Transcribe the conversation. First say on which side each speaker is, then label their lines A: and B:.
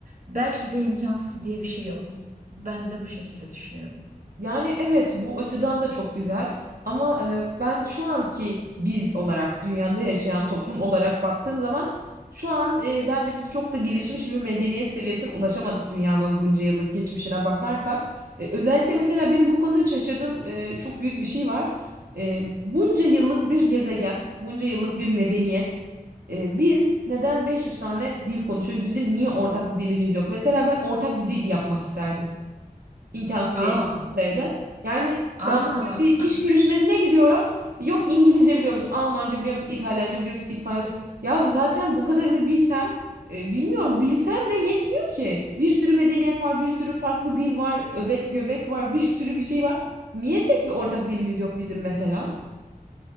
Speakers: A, on the right; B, on the right.
A: belki de imkansız diye bir şey yok. Ben de bu şekilde düşünüyorum.
B: Yani evet bu açıdan da çok güzel ama e, ben şu anki biz olarak dünyada yaşayan toplum olarak baktığım zaman şu an e, bence biz çok da gelişmiş bir medeniyet seviyesine ulaşamadık dünyanın bunca yıllık geçmişine bakarsak. E, özellikle mesela benim bu konuda şaşırdığım e, çok büyük bir şey var. E, bunca yıllık bir gezegen, bunca yıllık bir medeniyet. E, biz neden 500 tane dil konuşuyoruz? Bizim niye ortak bir dilimiz yok? Mesela ben ortak bir dil yapmak isterdim imkansız
A: Aa,
B: diye bir şeydi. Yani
A: aa.
B: ben bugün bir iş görüşmesine gidiyorum. Yok İngilizce biliyor musun? Almanca biliyor musun? İtalyanca biliyor musun? İspanyolca. Ya zaten bu kadarını bilsem e, bilmiyorum bilsen de yetmiyor ki. Bir sürü medeniyet var, bir sürü farklı dil var, öbek göbek var, <laughs> bir sürü bir şey var. Niye tek bir ortak dilimiz yok bizim mesela?